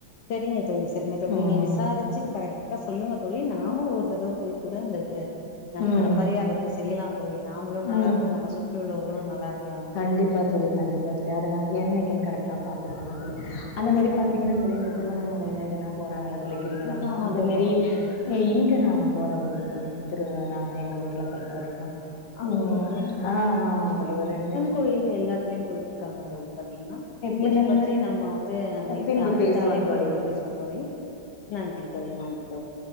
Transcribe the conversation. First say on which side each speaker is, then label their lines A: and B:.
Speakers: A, on the left; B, on the left.
A: செரிங்க தோழி செரிங்க தோழி
B: ம்.
A: நீங்க விசாரிச்சுட் கரெக் டா சொல்லுங்க தோழி நாமுலு ஒரு தடவ போய் கூட அந்த ஆ
B: ம்.
A: பரிகாரத்த செய்யலா தோழி நாமளும் நல்லா
B: ம்.
A: இருக்கனு நம்ம சுற்றியுள்ளவர்களும் நல்லா இருக்கனு
B: கண்டிப்பா தோழி கண்டிப்பா தோழி அதுனா என்னைக்கு கரெக்டா பாத்து சொல்றே தோழி அந்த
A: ம்
B: மாரி
A: சரி.
B: பாத் தீங்கன்னா தோழி இந்த திருவண்ணாமலையில இதெல்லாம் போறாங்களா தோழி கிரிவலம்லா
A: ம். ஆமா
B: அந்த
A: தோழி
B: மாரி
A: ஆமா தோழி
B: ஏ இங்கே நாங்க போறதுண்டு தோழி திருவிழா நாங்க எங்க ஊரில பொறுத்த வரைக்கு
A: அப்படியா
B: ம் ஆ ஆமாங்க தோழி ஒரு ரெண்டு
A: கோயிலு எல்லாத்திலயு போயிட் இருக்கு காங்க தோழி பாத்தீங்கன்னா
B: முன்னெல்லாம்
A: இதை பற்றி நம்ம வந்து
B: பின்பு
A: அடுத்த
B: பேசுவோம்
A: அழைப்புல
B: தோழி.
A: பேசுவோ தோழி நன்றி தோழி நன்றி தோழி